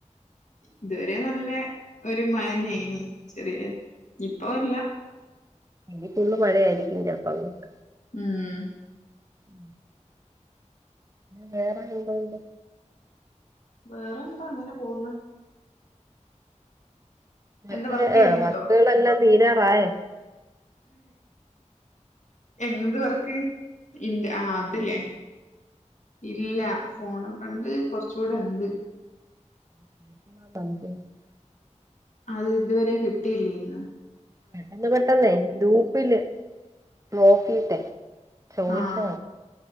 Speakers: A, on the left; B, on the right.
A: ഇതുവരെ നല്ല. ഒരു മയനേനി ചെറിയ ഇപ്പല്ല.
B: ഇനി ഫുള് മഴയായിരിക്കും ചിലപ്പങ്ങോട്ട്.
A: ഉം
B: ഉം വേറെ എന്തോണ്ട്.
A: വേറെന്താ അങ്ങനെ പോകുന്.
B: മറ്റേ
A: എന്താ വർക്ക് ചെയ്യുന്നുണ്ടോ
B: ആഹ് വർക്കുകളെല്ലാം തീരാറായ.
A: എന്ത് വർക്ക്. <unintelligible> ആതില്ലേ ഇല്ല ഫോണഫ്രണ്ട് കുറച്ചുടെണ്ട്.
B: <unintelligible>
A: അത് ഇതുവരെ കിട്ടില്ലേരുന്.
B: പെട്ടെന്ന് പെട്ടെന്നേ ഗ്രൂപ്പില്. നോക്കിട്ടെ ചോയിച്ച.
A: ആഹ്